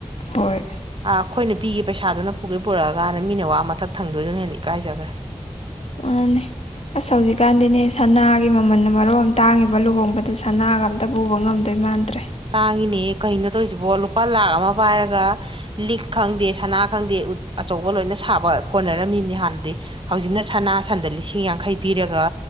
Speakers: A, on the left (about 70°); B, on the right (about 50°).
A: ꯍꯣꯏ꯫
B: ꯑꯩꯈꯣꯏꯅ ꯄꯤꯈꯤꯕ ꯄꯩꯁꯥꯗꯨꯅ ꯄꯨꯒꯩ ꯄꯨꯔꯛꯑꯒ ꯃꯤꯅ ꯋꯥ ꯃꯊꯛ ꯊꯪꯗꯣꯏꯗꯨꯅ ꯍꯦꯟꯅ ꯏꯀꯥꯏꯖꯈ꯭ꯔꯦ꯫
A: ꯃꯥꯅꯦ꯫ ꯑꯁ ꯍꯧꯖꯤꯛꯀꯥꯟꯗꯤꯅꯦ ꯁꯅꯥꯒꯤ ꯃꯃꯜꯅ ꯃꯔꯣꯟ ꯑꯃ ꯇꯥꯡꯉꯤꯕ ꯂꯨꯍꯣꯡꯕꯗ ꯁꯅꯥꯒ ꯑꯝ ꯇ ꯄꯨꯕ ꯉꯝꯗꯣꯏ ꯃꯥꯟꯗ꯭ꯔꯦ꯫
B: ꯇꯥꯡꯉꯤꯅꯦ ꯀꯩꯅꯣ ꯇꯧꯔꯤꯁꯤꯕꯣ ꯂꯨꯄꯥ ꯂꯥꯛ ꯑꯃ ꯄꯥꯏꯔꯒ꯫ ꯂꯤꯛ ꯈꯪꯗꯦ ꯁꯅꯥ ꯈꯪꯗꯦ ꯑꯆꯧꯕ ꯂꯣꯏꯅ ꯁꯥꯕ ꯀꯣꯟꯅꯔꯝꯃꯤꯝꯅꯤ ꯍꯥꯟꯅꯗꯤ꯫ ꯍꯧꯖꯤꯛꯅ ꯁꯅꯥ ꯁꯟꯗ ꯂꯤꯁꯤꯡ ꯌꯥꯡꯈꯩ ꯄꯤꯔꯒ꯫